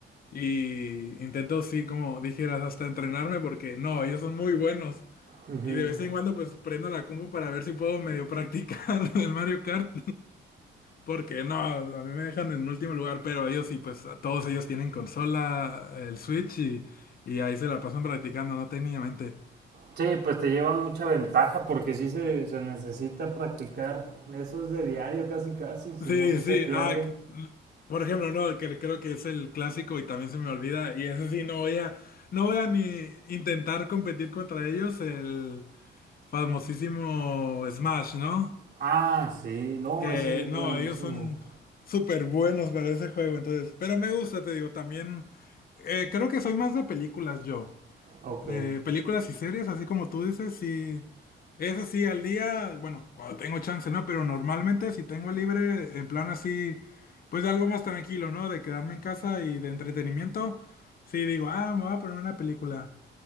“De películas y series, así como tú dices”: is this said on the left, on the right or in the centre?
Left